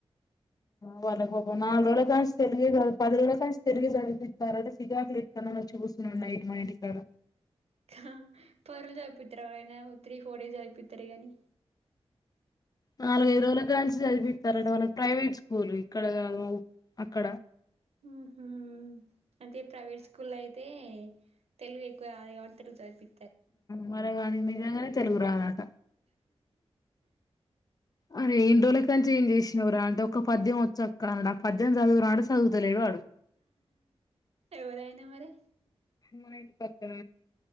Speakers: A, on the left (about 35°); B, on the right (about 70°).
A: వాళ్ళు పాపం నాలుగు రోజుల కాంచి తెలుగే పది రోజుల్లో కాంచి తెలుగే చదివిస్తారట చికాకు లేతంది వచ్చి కూసున్నడు నైట్ మా ఇంటి కాడ
B: ఆహా పది రోజులు సదువుపిత్తర ఎవరైనా త్రీ ఫోర్ డేస్ చదువుపిత్తరు గాని
A: నాలుగైదు రోజుల కాంచి చదిపిత్తరట వాళ్లకి ప్రైవేట్ స్కూల్ ఇక్కడ అక్కడ
B: ఆ హ అయితే ప్రైవేట్ స్కూల్ అయితే తెలుగు ఎక్కువత చదిపిత్
A: మరే గాని నిజంగానే తెలుగు రాదాట అరే ఎన్ని రోజుల కంచి ఏం చేసినవరా అంటే ఒక పద్యం వచ్చా అక్క అన్నాడు ఆ పద్యం చదువురాడు చదువుతలేడు వాడు
B: ఎవరయినా మరి
A: మా ఇంటి పక్కన